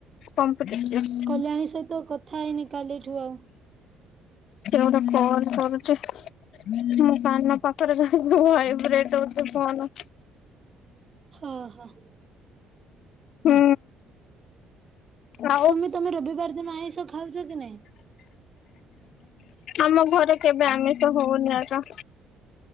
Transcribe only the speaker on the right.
କଲ୍ୟାଣୀ ସହିତ କଥା ହେଇନି କାଲିଠୁ ଆଉ
ହୋ ହୋ ‌
ସୁମି ତମେ ରବିବାର ଦିନ ଆଇଁଷ ଖାଉଛ କି ନାଇଁ?